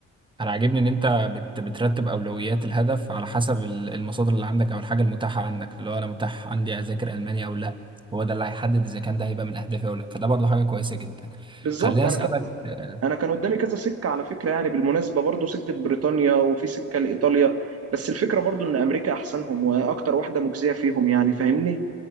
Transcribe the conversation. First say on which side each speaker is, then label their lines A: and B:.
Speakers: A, on the right; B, on the right.
A: انا عاجبني ان انت بت بترتب اولويات الهدف على حسب ال- المصادر اللي عندك او الحاجه المتاحه عندك اللي هو انا متاح عندي اذاكر الماني او لا هو ده اللي هيحدد اذا كان ده هيبقى من اهدافي او لا فده برضه حاجه كويسه جدا
B: بالظبط
A: خليني
B: انا
A: اسالك آه،
B: انا كان قدامي كذا سكه على فكره يعني بالمناسبه برضو سكه بريطانيا وفي سكه لايطاليا بس الفكره برضو ان امريكا احسنهم واكتر واحده مجزيه فيهم يعني فاهمني